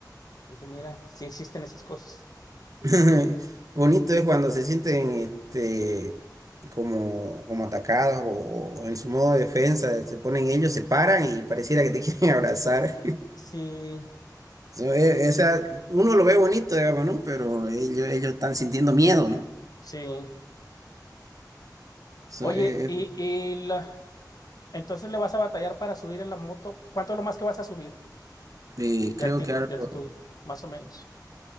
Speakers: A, on the left; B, on the right.
A: Dije, mira, sí existen esas cosas.
B: <laughs> Bonito es cuando se sienten este, como, como atacados o, o en su modo de defensa, se ponen ellos, se paran y pareciera que te <laughs> quieren abrazar.
A: Sí,
B: So, e- esa, uno lo ve bonito, digamos, ¿no? Pero ellos, ellos están sintiendo miedo, ¿no?
A: sí.
B: So,
A: Oye,
B: eh,
A: y, y la- entonces le vas a batallar para subir en la moto. ¿Cuánto es lo más que vas a subir
B: eh,
A: de,
B: creo
A: alti-
B: que algo,
A: de altitud? Más o menos.